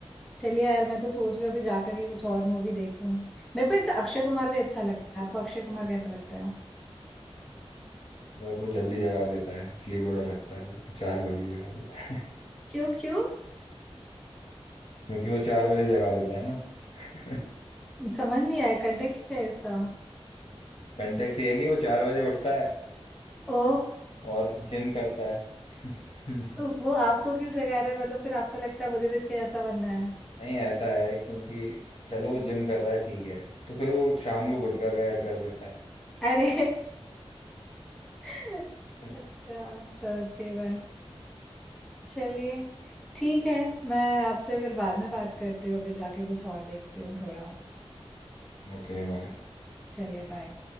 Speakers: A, in the centre; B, on the left.
A: चलिए यार मैं तो सोच रही हूँ अभी जा करके कुछ और मूवी देखूं मेरे को ऐसा अक्षय कुमार भी अच्छा लगता है आपको अक्षय कुमार कैसा लगता है
B: बस वो जल्दी जगा देता है इसलिए बुरा लगता है मेरे को चार बजे जगा देता है
A: क्यों क्यों
B: <laughs> क्योंकि वो चार बजे जगा देता है ना <laughs>
A: समझ नहीं आया कंटेक्स्ट क्या है इसका
B: कंटेक्स ये है कि वो चार बजे उठता है
A: ओ
B: और जिम करता है
A: तो
B: <laughs>
A: वो आपको क्यों जगा रहे हैं मतलब फिर आपको लगता है मुझे भी इसके जैसा बनना है
B: नहीं ऐसा है क्योंकि चलो वो जिम कर रहा है ठीक है तो फिर वो शाम को गुटखा का ऐड कर देता
A: अरे <laughs>
B: है
A: अच्छा समझ गई मैं चलिए ठीक है मैं आपसे फिर बाद में बात करती हूँ अभी जाके कुछ और देखती हूँ थोड़ा
B: Okay bye
A: चलिए बाय